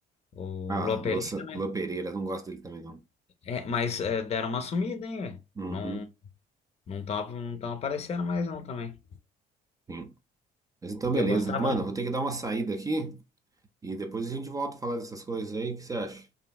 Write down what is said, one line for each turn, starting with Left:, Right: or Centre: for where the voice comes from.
Left: o
Right: Ah,
Left: Lopelino,
Right: Lua, Sa-
Left: né?
Right: Lua Pereira, não gosto dele também, não.
Left: É, mas é, deram uma sumida, hein, velho?
Right: Uhum,
Left: Não não estavam não tavam aparecendo mais, não também.
Right: sim. Mas então, beleza.
Left: Eu gostava.
Right: Mano, eu vou ter que dar uma saída aqui e depois a gente volta a falar dessas coisas aí. O que você acha?